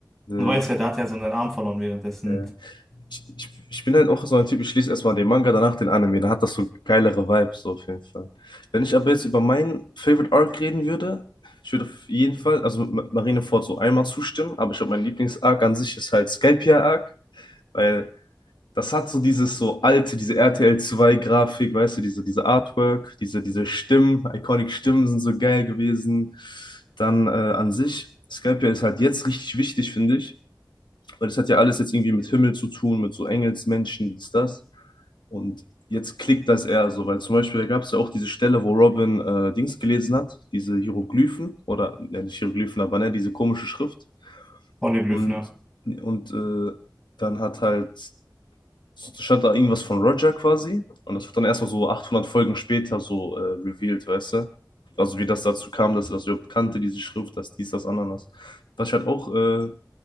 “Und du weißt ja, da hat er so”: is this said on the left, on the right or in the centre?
Centre